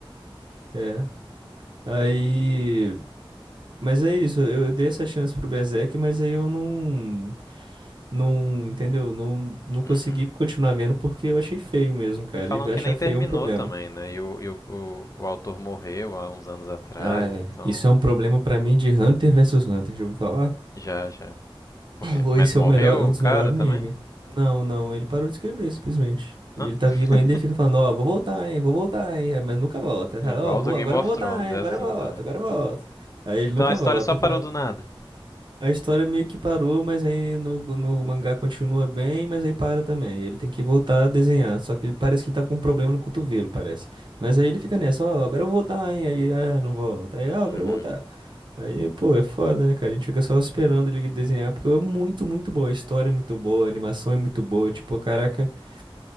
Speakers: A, on the right; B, on the left.
A: É. Aí. Mas é isso, eu eu dei essa chance pro Berserk, mas aí eu não. Não, entendeu? Não, não consegui
B: Uhum.
A: continuar vendo porque eu achei feio mesmo, cara.
B: E falam
A: E
B: que
A: achar
B: nem
A: feio
B: terminou
A: é um problema.
B: também, né? E o, e o, o, o autor morreu há uns anos atrás,
A: Ah, é.
B: então.
A: Isso é um problema pra mim de Hunter versus Hunter, já ouviu falar?
B: Já, já. Por quê?
A: Pô,
B: Mas
A: Esse
B: morreu
A: é o melhor, é um dos
B: o cara
A: melhores
B: também?
A: anime. Não, não, ele parou de escrever, simplesmente. Ele
B: Ah.
A: tá vivo
B: <laughs>
A: ainda e fica falando, ó, vou voltar, hein, vou voltar, hein, É, mas nunca volta. Fala,
B: Igual
A: ó, vou,
B: do Game
A: agora
B: of
A: eu vou voltar,
B: Thrones,
A: hein,
B: é
A: agora
B: assim
A: eu volto,
B: também.
A: agora eu volto. Aí ele
B: Então
A: nunca
B: a história
A: volta.
B: só parou
A: Aí fala-
B: do nada.
A: a história meio que parou, mas aí no, no mangá continua bem, mas aí para também. Ele tem que voltar a desenhar, só que ele parece que ele tava com um problema no cotovelo, parece. Mas aí ele fica nessa, ó, agora eu vou voltar, hein, aí, ah, não volta. Aí, ó, agora
B: Uhum.
A: eu vou voltar. Aí, pô, é foda, né, cara? A gente fica só esperando ele desenhar, porque é muito, muito boa. A história é muito boa, a animação é muito boa. Tipo, caraca, <laughs>